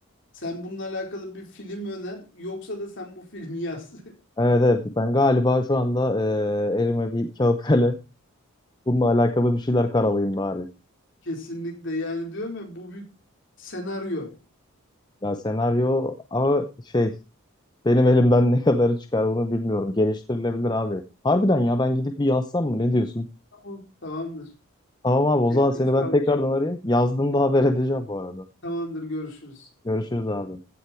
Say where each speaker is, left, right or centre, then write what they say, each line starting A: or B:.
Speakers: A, on the left (about 55°); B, on the left (about 20°).
A: Sen bununla alakalı bir film öner yoksa da sen bu filmi yaz.
B: Evet evet ben galiba şu anda e, elime bir kağıt kalem. Bununla alakalı bir şeyler karalayayım bari.
A: <laughs> Kesinlikle yani diyorum ya bu bir senaryo.
B: Ya senaryo ama şey benim elimden ne kadarı çıkar onu bilmiyorum. Geliştirilebilir abi. Harbiden ya ben gidip bir yazsam mı ne diyorsun?
A: Tamam. Tamamdır.
B: Tamam abi o
A: Eline
B: zaman seni ben
A: sağlık
B: tekrardan
A: şimdi.
B: arayayım. Yazdığımda haber edeceğim bu arada.
A: Tamamdır görüşürüz.
B: Görüşürüz abi.